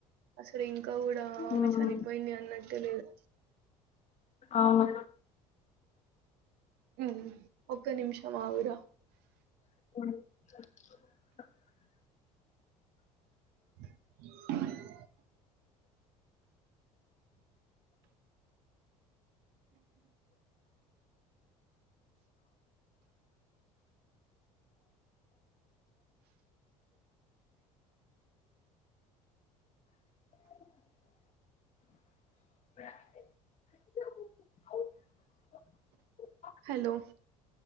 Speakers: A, on the right (about 70°); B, on the left (about 45°).
A: అసలు ఇంకా కూడా ఆమె
B: ఉమ్
A: చనిపోయింది అన్నట్టే లేదు
B: అవును
A: హమ్ ఒక్క నిమిషం ఆగుర
B: అ
A: <unintelligible>
B: <inaudible>
A: హలో